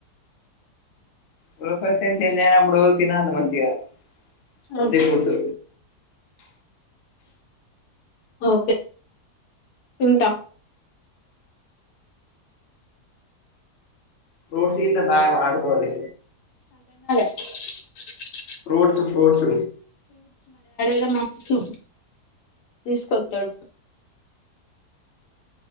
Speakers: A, on the left; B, on the left.
A: ప్రొఫెషన్ చేంజ్ అయినాప్పుడు తినాలే మంచిగా
B: అవున
A: హెల్తీ ఫుడ్స్
B: ఓకే తింటా
A: ఫ్రూట్స్ గిట్ట బాగా వాడుకోండి
B: <unintelligible>
A: ఫ్రూట్స్ ఫ్రూట్స్
B: ఇగ మస్తు తీసుకోత్తడు